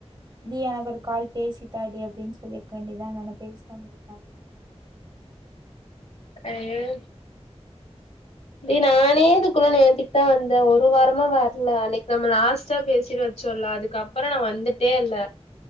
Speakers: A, on the right; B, on the left.
A: டி எனக்கு ஒரு கால் பேசி தாடி அப்டின்னு சொல்லியிருக்க வேண்டியதான நா பேசி தந்துருப்பால்ல
B: ஐய டி நானே இதுக்குள்ள நேத்திக்குதா வந்தே ஒரு வாரமா வரல அன்னைக்கு நம்ம லாஸ்ட்டா பேசிட்டு வச்சோல அதுக்கப்புற நா வந்துட்டே இல்ல